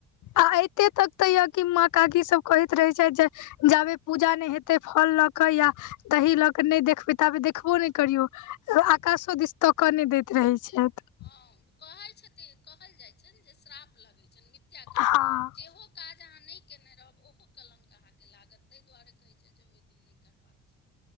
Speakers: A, on the left; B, on the left.
A: आ एते तक तऽ यऽ कि मां, काकी सब कहैत रहै छथि जे जाबे पूजा नै हेतै फल लऽ कऽ या दही लऽ कऽ नै देखबै ताबे देखबो नै करियौ। आकाशो दिस तकऽ नै दैत रहै छथि।
B: हॅं, कहै छथि, कहल जाइ छनि जे श्राप लगै छनि मिथ्या कलंक
A: हँ
B: जेहो काज अहाँ नै केने रहब ओहो कलंक अहाँके लागत, तै दुवारे कहै छै जे ओइ दिन नै करबाक